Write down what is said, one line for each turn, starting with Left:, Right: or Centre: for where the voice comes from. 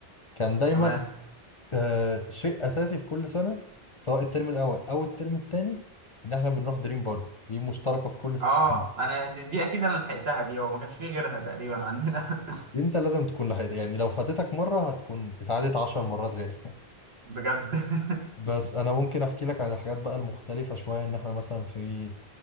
Left: كان دايما
Right: تمام
Left: آه شيء اساسي في كل سنه سواء الترم الاول او الترم التاني ان احنا بنروح دريم بارك دي مشتركه في كل السنين
Right: اه انا دي, دي اكيد انا لحقتها دي هو ما كانش فيه غيرها تقريبا عندنا
Left: دي انت لازم تكون لحقت يعني لو فاتتك مرة هتكون اتعادت عشر مرات غيرها <laughs>
Right: <laughs> بجد <laughs>
Left: بس انا ممكن احكي لك عن الحاجات بقى المختلفة شوية ان احنا مثلا في